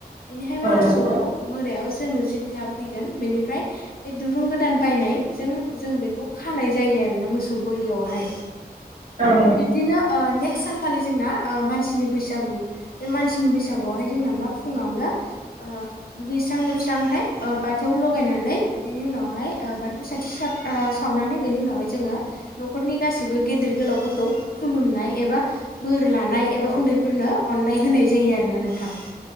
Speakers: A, on the left; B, on the right.
A: बेनिहाय मोसौखौ
B: औ नंगौ औ नंगौ
A: मोनायाव जोो जथा फैगोन बेनिफ्राय बे दुरुं गोदान बायनायजों जों बेखौ खानाय जायो। यो आरोना मोसैखौ एयावसाय
B: औ
A: बिब्दिनो ओ- ने सानखा जोंना ओ- मानसि बैसागु बे मानसिनि बैसागुाय जों मा फुङावनो ओ- दुगैस्रां लोबस्रांहाय बाथौ लगायनानै बेनि उ उनावहाय ओ- बाथौ साथि ओ- सावनानै बेनि उनावहाय जोङो न'खरनि गासिबो गेदेर गोलाव फो खौ खुलुमनाय एबा बोर लानाय एबा उन्दैफोरनो अननाय होनाय जायो आरो ना नोंथां